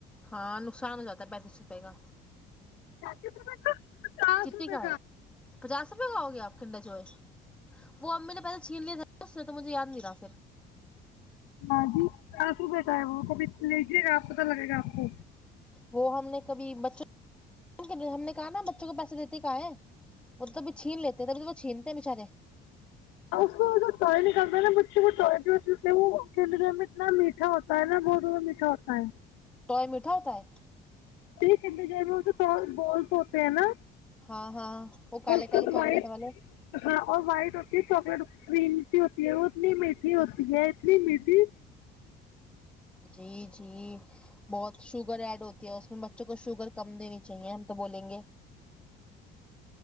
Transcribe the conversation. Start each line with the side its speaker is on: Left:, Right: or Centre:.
Centre: ہاں نقصان ہو جاتا ہے پینتیس روپئے کا
Left: پینتیس روپے کا پچاس
Centre: کتی
Left: روپے
Centre: کا ہے پچاس میںگاؤ گےپ کو کڈا چوئے <unintelligible> وہ اب میں نے پہسے چھین لیے تھے اس سے تو مجھے یاد نہیں رہا پھر
Left: ہاں جی آس ر بیٹا ہے وہ کو بھی لیجیے گا آ اا لگے گا آپ کو
Centre: وہ ہم نے کبھی بچوں ہم نے کہا نا بچوں کو پیسے دیتے کہ ہے وہببھی چھین لیتےبھی تو وہ چھینتے ہیں بچارے
Left: ا اس ٹ نکلتا ہے نا بچے کو جو ہے کیل گھر میں اتنا میٹھا ہوتا ہے نا گ میں میٹھا ہوتا ہے
Centre: توٹائے میٹھا ہوتا ہے
Left: چ ج بولس ہوتے ہیں نا
Centre: ہاں ہاں وہ کالے
Left: اور
Centre: کالے چاکلیٹ
Left: وائٹ
Centre: والے
Left: ہاں اور وائٹ پکڑ کریمتی ہوتی ہے وہ اتنی میٹھی ہوتی ہے اتنی میٹھی
Centre: جی جی بہت شوگر ایڈ ہوتی ہے اس میں بچوں کو شوگرر کم دینی چاہیے ہم تو بولیں گے